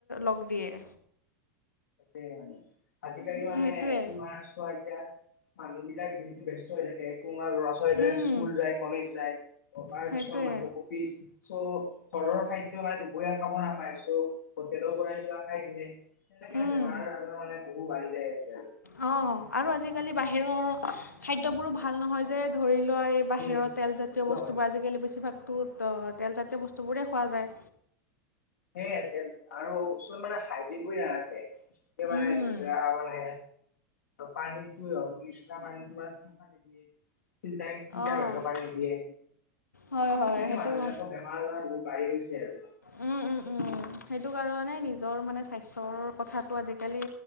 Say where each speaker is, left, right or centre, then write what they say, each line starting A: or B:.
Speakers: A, on the left (about 85°); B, on the left (about 60°).
A: লগ দিয়ে।
B: সেই মানে, আজিকালি মানে
A: সেইটোৱে
B: তোমাৰ ছোৱা এতিয়া মানুহ বিলাক দিনটো ব্যস্ত হৈ থাকে। তোমাৰ ল'ৰা-ছোৱালী বিলাক
A: উম
B: স্কুল যায়, কলেজ যায়, তাৰ
A: সেইটোৱে
B: কিছুমান মানুহ অফিচ চ ঘৰৰ খাদ্য মানে দুপৰীয়া খাব নাপায়, চ হোটেলৰ পৰাই কিবা খাই দিলে সেনেকে
A: উম
B: বেমাৰ-আজাৰ মানে বহু বাঢ়ি যাই আছে আৰু।
A: অ', আৰু আজিকালি বাহিৰৰ খাদ্যবোৰো ভাল ভাল নহয় যে, ধৰি লোৱা এই বাহিৰৰ
B: উম
A: তেলজাতীয়
B: একদম
A: বস্তুবোৰ
B: একদম
A: আজিকালি বেছিভাগটো ত, তেলজাতীয় বস্তুবোৰেই খোৱা যায়।
B: সেই আজিকালি আৰু কিছুমান মানে হাইজিন কৰি নাৰাখে। সেইকাৰণে
A: উম
B: ৰা মানে, পানীতোৱে হওক, কিছুমান পানীতো চফা নিদিয়ে। ফিল্টাৰ-ফিল্টাৰ
A: অঁ
B: হৈ থকা পানী নিদিয়ে।
A: হয় হয়
B: সেনেকে
A: সেইটো
B: মানুহবিলাকৰ বেমাৰ-আজাৰ বহুত বাঢ়ি গৈছে আৰু।
A: উম, উম, উম, সেইটো কাৰণে নিজৰ মানে, স্বাস্থ্যৰ কথাটো আজিকালি